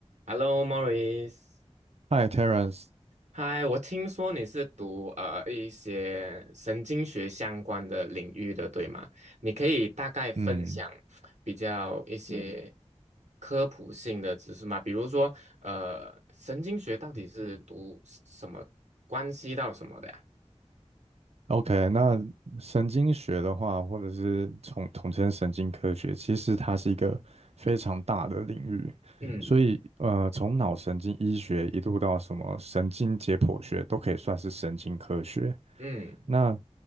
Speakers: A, on the right; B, on the right.
A: Hello, Maurice。
B: Hi t e r e n c e
A: 嗨，我听说你是读呃一些神经学相关的领域的，对吗？你可以大概分享
B: 嗯
A: 比较一嗯些科普性的知识吗？比如说，呃，神经学到底是读什么，关系到什么的呀？
B: ，OK，那神经学的话，或者是统统称神经科学，其实它是一个非常大的领域，
A: 嗯
B: 所以呃，从脑神经医学一路到什么神经解剖学，都可以算是神经科学。
A: 嗯
B: 那